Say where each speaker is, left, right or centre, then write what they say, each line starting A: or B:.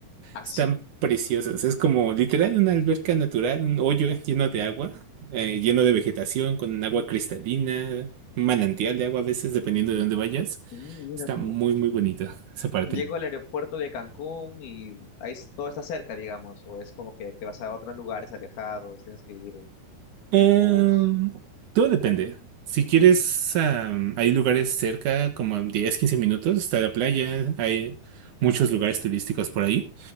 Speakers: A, on the left; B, on the right.
A: Ah,
B: Están
A: sí.
B: preciosas, es como literal una alberca natural, un hoyo lleno de agua, eh, lleno de vegetación, con agua cristalina, un manantial de agua a veces, dependiendo de dónde vayas.
A: Mm, mira
B: Está
A: tú.
B: muy, muy bonito esa parte.
A: Llego al aeropuerto de Cancún y ahí es- todo está cerca, digamos, o es como que te vas a otros lugares alejados, tienes que ir
B: Em,
A: en bus.
B: todo depende. Si quieres, am, hay lugares cerca, como en 10, 15 minutos, está la playa, hay muchos lugares turísticos por ahí.